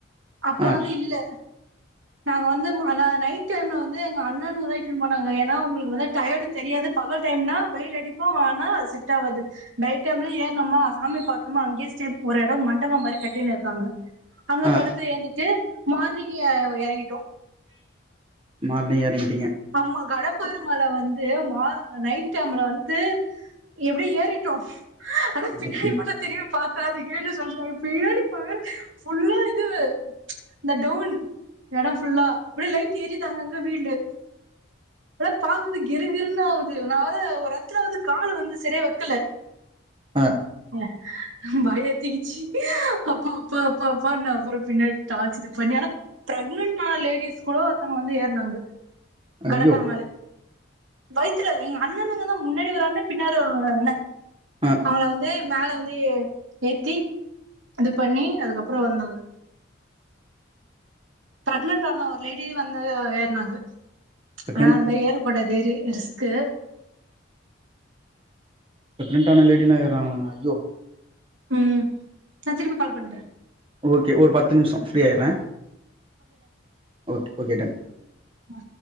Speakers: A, on the right; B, on the right.
A: அப்ப
B: ஆ
A: வந்து இல்ல நாங்க வந்து ம் ஆனா நைட் டைம்ல வந் ந்து எங்க அண்ணனுங்கதா இட்டுன் போனாங்க ஏன்னா உங்களுக்கு வந்து டயடு தெரியாது பகல் டைம்னா வெயில் அடிக்கு வானா அது செட் ஆவாது டைட் டைம்ல ஏர்னுமா சாமி பாத்தோமா அங்யே ஸ்டேப் ஒரு எடோ மண்டபொ மாரி கட்டின்னு இருக்காங்க அங்க
B: ஆ
A: படுத்து ஏந்துட்டு மார்னிங் ய எற் றங்கிட்டோ
B: மார்னிங் எறங்கிட்
A: அம்மா கடக் பர்வதமல வந்து மா அ நைட் டைம்ல வந்து எப்டியோ ஏறிட்டோ ஆனாபின்னாடி
B: ஏறிட்டீங்க
A: மட்டு தெரியவே பாக்காதீங்கன்னு சொல்ட்டாங்க பின்னாடி பாக்குறே புஃல்லா இது இந்த டோன் எடோ புஃல்லா அப்டே லைட் எரிது அங்கங்க வீல்டு அப்டே பாக்கும்போது கிருகிருன்னு ஆவுது நா வற ஒரு எத்துல வந்து காலு வந்து சரியா வைக்கல
B: ஆ
A: ய பயொ எத்திகிச்சு அப்பா அப்பா அப்பா அப்பான்னு அப்புறொ பின்னாடி டார்ச் இது பண்ணி ஆனா பிரெக்னன்ட் ஆன லேடிஸ் கூடொ ஒருத்தங்க வந்து ஏற்னாங்க
B: ஐயோ
A: கடப்பெருமாளு வைத்துல எங்க அண்ணனுங்க தா முன்னாடி ஒரு அண்ண பின்னாடி ஒரு ரு அண்ண
B: ஆ
A: அவங்கள வந்து மேல வந் து ஏத்தி இது பண்ணி அதுக்கப்புறொ வந்தாங்க பிரெக்னன்ட் ஆனா ஒரு லேடி வந் ந்தது ஏற்னாங்க
B: ப்ரெக்னன்ட்
A: ஆனா அது மாரி ஏறக்கூடாது ஏறி ரிஸ்க்கு
B: பிரக்னண்ட் ஆன லேடில்லா ஏற்றாங்களாங்க ஐய்யோ
A: ம் நா திரும்பி கால் பண்றே
B: ஓகே ஒரு பத்து நிமிஷோ ஃப்ரீ ஆய்றே ஓக் ஓகே டன்
A: ஆ